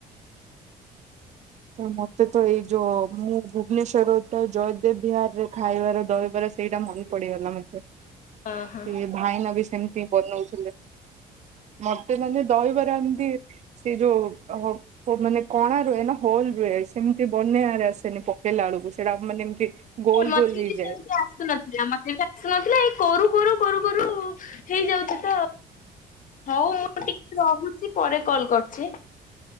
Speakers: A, on the right; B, on the left.
A: ତ ମତେ ତ ଏଇ ଯଉ ମୁଁ ଭୁବନେଶ୍ୱରରୁ ଜୟଦେବ ବିହାର୍ ରେ ଖାଇବାର ଦହିବରା ସେଇଟା ମନେ ପଡିଗଲା ମତେ ସିଏ
B: ହଁ ହଁ।
A: ଭାଇନା ବି ସେମିତି ବନଉଥିଲେ। ମତେ ମାନେ ଦହିବାର ଏମିତି ସେ ଯଉ ମାନେ କଣା ରୁହେ ନା ହୋଲ୍ ସେମିତି ବନେଇରେ ଆସେନି ପକେଇଲା ବେଳକୁ ସେଟା ମାନେ ଏମିତି ଗୋଲ
B: ମତେ
A: ଗୋଲ ହେଇଯାଏ
B: ବି ସେମିତି ଆସୁନ ମତେ ବି ଆସୁନଥିଲା ଏଇ କରୁ- କରୁ -କରୁ- କରୁ ହେଇଯାଉଚି ତ। ହଉ ମୁଁ ଟିକେ ରହୁଚି ପରେ କଲ୍ କରୁଚି।